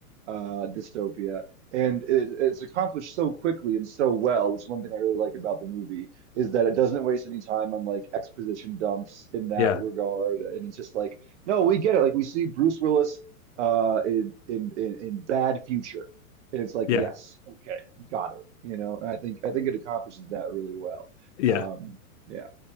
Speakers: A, on the right; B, on the left.
A: uh dystopia and it, it's accomplished so quickly and so well which is one thing I really like about the movie is that it doesn't waste any time on like exposition dumps in that
B: Yeah,
A: regard and it's just like no we get it like we see Bruce Willis uh in in in, in bad future and it's like
B: yeah,
A: yes got it you know and I think I think it accomplishes that really well
B: yeah.
A: um yeah